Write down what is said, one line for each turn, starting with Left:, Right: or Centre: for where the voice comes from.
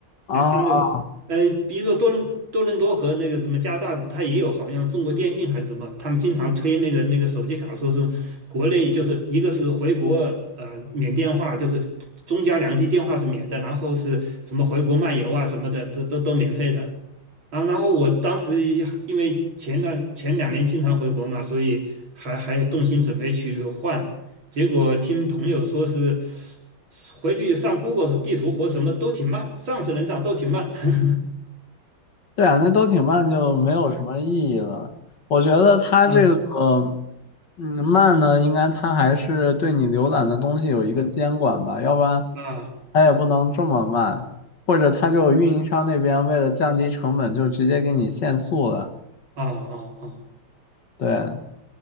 Left: 啊。
Right: 哎，相对的，呃，比如说多伦多伦多和那个什么加拿大，它也有好像中国电信还是什么，他们经常推那个那个手机卡，说是国内就是一个是回国，呃，免电话，就是中加两地电话是免的，然后是什么回国漫游啊什么的，都都都免费的。啊，然后我当时因为前段前两年经常回国嘛，所以还还动心准备去换，结果听朋友说是回去上 Google 地图或什么都挺慢，上是能上，都挺慢。<laughs>
Left: 对啊，那都挺慢就没有什么意义了。我觉得它这个，
Right: 嗯
Left: 嗯，慢呢，应该它还是对你浏览的东西有一个监管吧，要不然
Right: 啊
Left: 它也不能这么慢。或者它就运营商那边为了降低成本，就直接给你限速了。
Right: 啊啊
Left: 对，